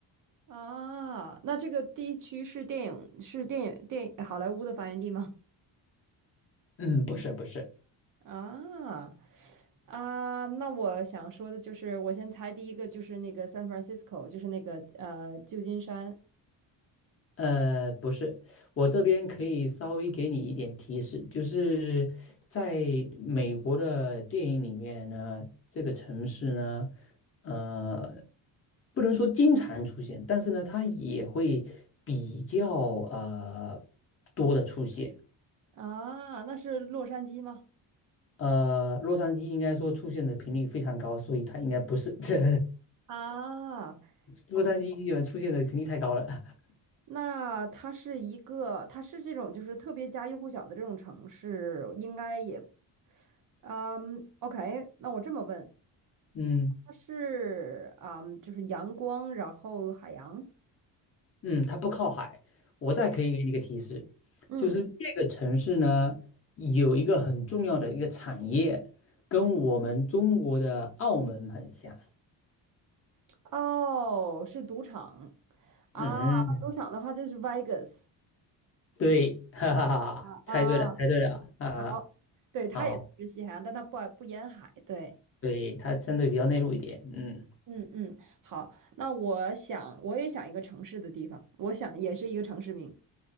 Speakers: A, on the right; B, on the left.
A: 啊，那这个地区是电影是电影电好莱坞的发源地吗？
B: 嗯，不是，不是。
A: 啊啊，那我想说的就是，我先猜第一个就是那个 San Francisco，就是那个呃旧金山
B: 呃，不是，我这边可以稍微给你一点提示，就是在美国的电影里面呢，这个城市呢，呃，不能说经常出现，但是呢，它也会比较呃多的出现。
A: 啊，那是洛杉矶吗？
B: 呃，洛杉矶应该说出现的频率非常高，所以它应该不是，<laughs> 这
A: 啊
B: 洛杉矶基本出现的频率太高了。
A: OK，
B: <laughs>
A: 那它是一个，它是这种就是特别家喻户晓的这种城市，应该也，嗯，OK，那我这么问，
B: 嗯。
A: 它是啊，嗯就是阳光，然后海洋，
B: 嗯，它不靠海。我再可以给你一个提示，
A: 嗯，
B: 就是这个城市呢，有一个很重要的一个产业，跟我们中国的澳门很像。
A: 哦，是赌场啊，
B: 嗯，
A: 那赌场的话就是 Vegas
B: 对，<laughs> 哈哈哈哈猜对了，
A: 啊，啊，
B: 猜对了啊，
A: 好，对，它也是西海岸，
B: 好，
A: 但它不不沿海，对，
B: 对，它相对比较内陆一点。嗯，
A: 嗯嗯，好，那我想我也想一个城市的地方，我想也是一个城市名，